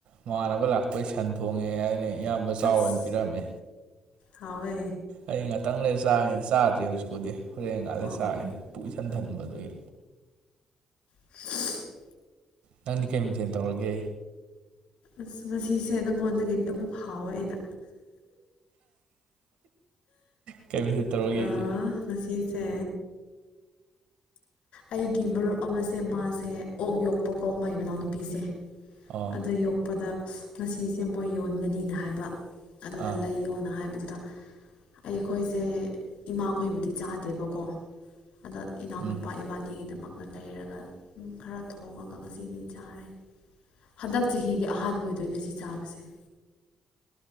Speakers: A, on the right; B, on the left.
A: ꯃꯃꯥꯟꯅꯕ ꯂꯥꯛꯄꯩ ꯁꯟ ꯊꯣꯡꯉꯦ ꯍꯥꯏꯅ ꯑꯩ ꯏꯌꯥꯝꯕ ꯆꯥꯎꯅ
B: ꯑꯁ
A: ꯄꯤꯔꯝꯃꯦ꯫
B: ꯍꯥꯎꯋꯦ
A: ꯑꯩ ꯉꯥꯛꯇꯪ ꯂꯩ ꯆꯥꯒꯦꯅ ꯆꯥꯗ꯭ꯔꯤ ꯍꯧꯖꯤꯛꯄꯨꯗꯤ ꯍꯣꯔꯦꯟ ꯉꯥꯏꯂ
B: ꯑꯣ
A: ꯆꯥꯔꯤꯦꯅ
B: ꯑꯣ
A: ꯄꯨꯛ ꯏꯊꯟ ꯊꯟꯕꯗꯨꯒꯤ꯫
B: <inaudible>
A: ꯅꯪꯗꯤ ꯀꯩ ꯃꯦꯟꯊꯦꯟ ꯇꯧꯔꯒꯦ꯫
B: ꯑꯁ ꯉꯁꯤꯁꯦ ꯅꯪꯉꯣꯟꯗꯒꯤꯗꯤ ꯑꯃꯨꯛ ꯍꯥꯎꯋꯦ ꯑꯩꯅ
A: ꯀꯩꯃꯊꯦꯜꯇꯧꯔꯒꯦ
B: ꯑꯥ
A: ꯍꯩꯁꯦ꯫
B: ꯉꯁꯤꯁꯦ꯫ ꯑꯩꯒꯤ ꯃꯔꯨꯞ ꯑꯃꯁꯦ ꯃꯥꯁꯦ ꯑꯣꯛ ꯌꯣꯛꯄꯀꯣ ꯃꯩ ꯃꯅꯥꯎꯅꯨꯄꯤꯁꯦ꯫
A: ꯑꯣ
B: ꯑꯗꯣ ꯌꯣꯛꯄꯗ ꯉꯁꯤꯁꯦ ꯃꯣꯏ ꯌꯣꯟꯒꯅꯤꯅ ꯍꯥꯏꯕ ꯑꯗꯨꯗ
A: ꯑꯥ
B: ꯂꯩꯌꯣꯅ ꯍꯥꯏꯕꯗꯨꯗ ꯑꯩꯈꯣꯏꯁꯦ ꯏꯃꯥꯈꯣꯏꯕꯨꯗꯤ ꯆꯥꯗꯦꯕꯀꯣ ꯑꯗ ꯏꯅꯥꯎꯅꯨ
A: ꯎꯝ
B: ꯑꯅꯤꯒꯤꯗꯃꯛꯇ ꯂꯩꯔꯒ ꯈꯔ ꯊꯣꯡꯉꯒ ꯉꯁꯤꯗꯤ ꯆꯥꯔꯦ꯫ ꯍꯟꯗꯛ ꯆꯍꯤꯒꯤ ꯑꯍꯥꯟꯕ ꯑꯣꯏꯗꯣꯏꯅꯦ ꯁꯤ ꯆꯥꯕꯁꯦ꯫